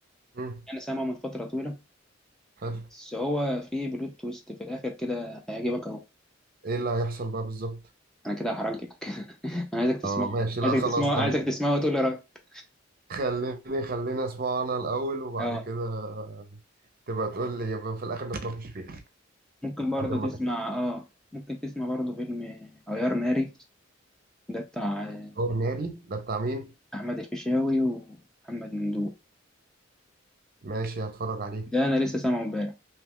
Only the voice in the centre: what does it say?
انا سامعه من فترة طويلة
بس هو في بلوت تويست في الاخر كده هيعجبك اهو
انا كده هحرجك <laughs> انا عايزك تسمعه
عايزك
تسمعه
عايزك تسمعه وتقول لي رأيك
اه
ممكن برضه
تسمع اه ممكن تسمع برضه فيلم عيار ناري ده بتاع آه،
احمد الفيشاوي ومحمد ممدوح
ده انا لسه سامعه امبارح